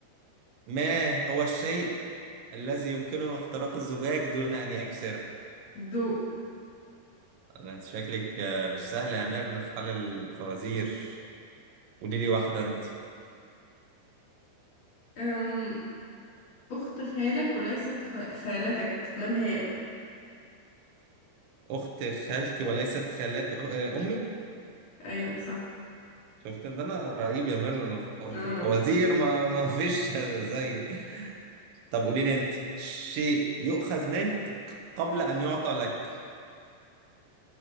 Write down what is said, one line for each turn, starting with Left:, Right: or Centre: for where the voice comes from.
Right: ما هو الشيء الذي يمكنه اختراق الزجاج دون أن يكسره
Left: ضوء
Right: أنا أنت شكلك آه، مش سهلة يا مير في حل الفوازير قولي لي واحدة أنت
Left: أم... أخت خالك وليست خ... خالتك من هي
Right: أخت خالتي وليست خالات أمي
Left: أيوة صح
Right: شفت إن ده أنا رهيب يا مير أنا
Left: اه
Right: في الفوازير ما ما فيش <laughs> زي طب قولي لي أنت شيء يؤخذ منك قبل أن يعطى لك